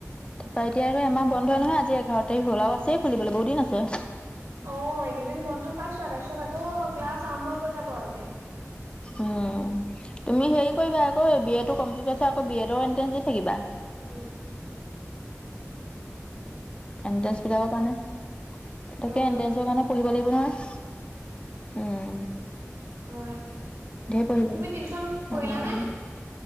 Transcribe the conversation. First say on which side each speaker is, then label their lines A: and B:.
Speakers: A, on the left; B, on the right.
A: তাপা এতিয়া আৰু এমাহ বন্ধ হয় নহয় আজি এঘাৰ তাৰিখ হ'ল আৰু আছেই খুলিবলে বহুতদিন আছে।
B: অঁ', এইগেইদিন বন্ধ পাইছো আ তাৰপিছত আকৌ ক্লাছ আৰম্ভ হৈ যাব এতিয়া।
A: উম' তুমি হেৰি কৰিবা আকৌ বি এটো কমপ্লিট কৰিছা আকৌ বি এডৰ এন্ট্ৰেন্ঞ্চ দি থাকিবা।
B: উম'
A: এণ্ট্ৰেঞ্চ বিলাকৰ কাৰণে, তাকে
B: উম
A: এন্ট্ৰেঞ্চৰ কাৰণে পঢ়িব লাগিব নহয়। উম'
B: হয়
A: ধেৰ পঢ়িব ই,
B: তুমি টিউচন কৰিলা
A: অঁ'।
B: নে?